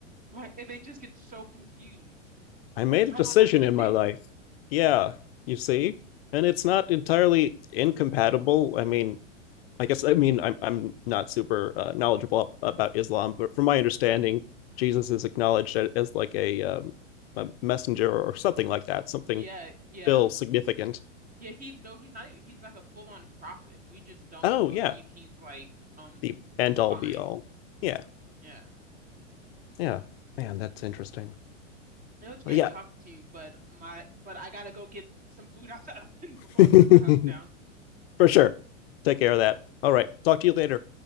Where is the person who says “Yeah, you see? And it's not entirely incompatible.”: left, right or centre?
Left